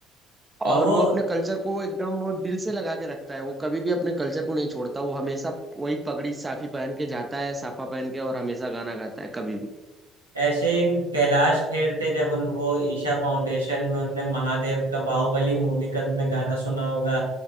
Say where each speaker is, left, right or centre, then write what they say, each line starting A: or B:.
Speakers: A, on the right; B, on the right.
A: और
B: और
A: वो
B: वो अपने कल्चर को एकदम वो दिल से लगा के रखता है वो कभी भी अपने कल्चर को नहीं छोड़ता वो हमेशा वही पगड़ी साफी पहन के जाता है साफा पहन के और हमेशा गाना गाता है कभी भी
A: ऐसे ही कैलाश खेर थे जब उन वो ईशा फाउंडेशन में उनने महादेव का बाहुबली मूवी का तुमने गाना सुना होगा